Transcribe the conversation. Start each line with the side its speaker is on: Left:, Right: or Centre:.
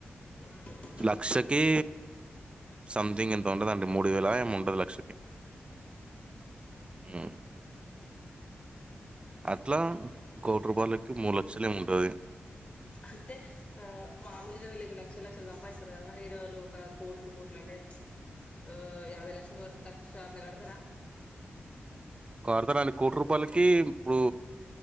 Left: హ్మ్.
Right: లక్షకి సమ్థింగ్ ఎంతో ఉంటదండి మూడు వేల ఏమో ఉంటది లక్షకి ఉ అట్లా కోటి రూపాయలకి మూడు లక్షలేమో ఉంటది
Left: అంటే ఆ మామూలుగా వీళ్ళకి లక్ష లక్షలు సంపాదిస్తారు కదా హీరోలు ఒక కోట్లు కోట్లు అంటే ఆ యాభై లక్షలు లక్ష అట్లా కడతారా
Right: కడతారండి కోటి రూపాయలకి ఇప్పుడు